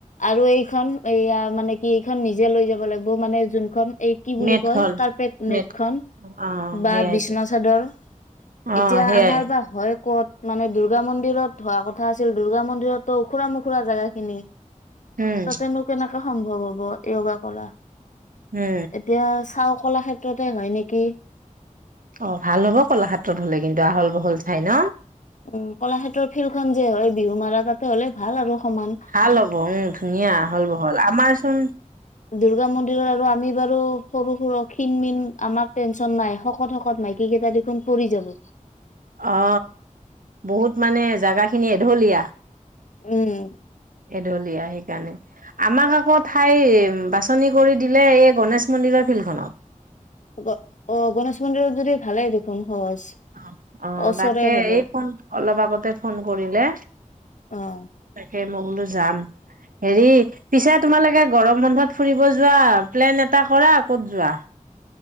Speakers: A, on the left (about 65°); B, on the right (about 85°).
A: আৰু এইখন এইয়া মানে কি এইখন নিজে লৈ যাব লাগিব মানে যোনখন এই কি বুলি
B: মেটখন
A: কয় কাৰ্পেট নেট
B: মেট
A: খন
B: অ
A: বা
B: সেইয়াইতো
A: বিচনা চাদৰ
B: অ
A: এতিয়া
B: সেইয়াই
A: আমাৰ বা হয় ক'ত? মানে দুৰ্গা মন্দিৰত হোৱা কথা আছিল দুৰ্গা মন্দিৰতো ওখুৰা মোখুৰা জেগা খিনি।
B: উম
A: তাতেনো কেনেকাে সম্ভৱ হ'ব য়োগা কৰা।
B: হে।
A: এতিয়া চাউ কলাক্ষেত্ৰতে হয় নেকি।
B: অ ভাল হ'ব কলাক্ষেত্ৰত হলে কিন্তু আহল বহল ঠাই ন।
A: উম কলাক্ষেত্ৰৰ ফিল্ডখন যে হয় বিহু মাৰা তাতে হলে ভাল আৰু সমান।
B: ভাল হব উম ধুনীয়া আহল বহল আমাৰচোন।
A: দূৰ্গা মন্দিৰত আৰু আমি বাৰু সৰু সৰু ক্ষিণ মিন আমাক টেনচন নাই শকত শকত মাইকী কেইটা, চোন পৰি যাব।
B: অ বহুত মানে জাগাখিনি এঢলীয়া।
A: উম
B: এঢলিয়া সেইকাৰণে। আমাক আকৌ ঠাই বাছনি কৰি দিলে এই গণেশ মন্দিৰৰ ফিল্ডখনত।
A: গ অ গণেশ মন্দিৰত যদি ভালে দেখোন সহজ।
B: অ অ
A: ওচৰে
B: তাকে
A: হব
B: এই ফোন অলপ আগতে ফোন কৰিলে।
A: অ
B: তাকে মই বোলো যাম। হেৰি পিছে তোমালোকে গৰম বন্ধত ফুৰিব যোৱা প্লেন এটা কৰা ক'ত যোৱা।